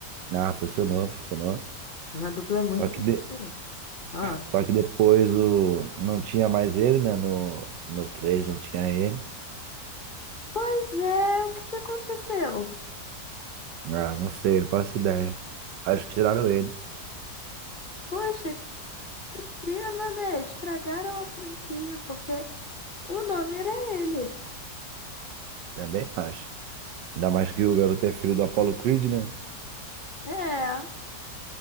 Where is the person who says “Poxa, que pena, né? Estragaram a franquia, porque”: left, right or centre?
Left